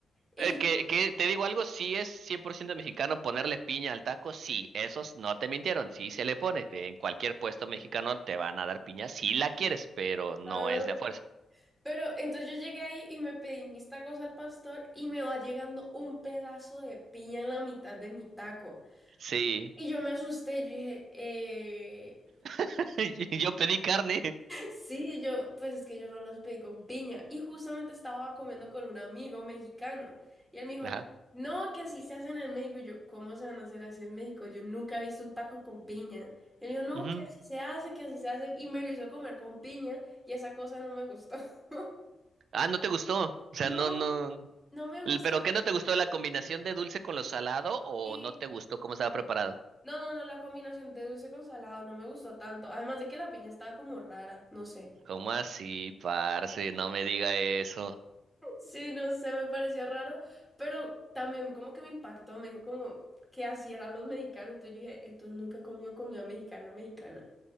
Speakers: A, in the centre; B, on the right.
A: Y
B: Eh, que,
A: yo,
B: que te digo algo, sí es 100% mexicano ponerle piña al taco, sí, esos no te mintieron, sí se le pone. En cualquier puesto mexicano te van a dar piña si la quieres, pero no
A: ah,
B: es de a fuerza.
A: pero entonces yo llegué ahí y me pedí mis tacos al pastor y me va llegando un pedazo de piña en la mitad de mi taco.
B: Sí,
A: Y yo me asusté, yo dije, eh,
B: <laughs> yo pedí carne.
A: Sí, yo, pues es que yo no los pedí con piña. Y justamente estaba comiendo con un amigo mexicano. Y él me dijo,
B: Ajá.
A: no, que así se hacen en México. Y yo, ¿cómo se van a hacer así en México? Yo nunca he visto un taco con piña. Él dijo, no,
B: Ujú.
A: que así se hace, que así se hacen. Y me lo hizo comer con piña. Y esa cosa no me gustó. <laughs>
B: Ah, ¿no te gustó? O sea,
A: No,
B: no, no.
A: no me gustan.
B: L- ¿Pero qué no te gustó? ¿La combinación de dulce con lo salado o
A: Sí.
B: no te gustó cómo estaba preparado?
A: No, no, no, la combinación de dulce con salado no me gustó tanto. Además de que la piña estaba como rara, no sé.
B: ¿Cómo así, parce? No me diga eso.
A: Sí, no sé, me pareció raro, pero también como que me impactó, me dijo como que así eran los mexicanos, entonces yo dije, entonces nunca comió comida mexicana, mexicana.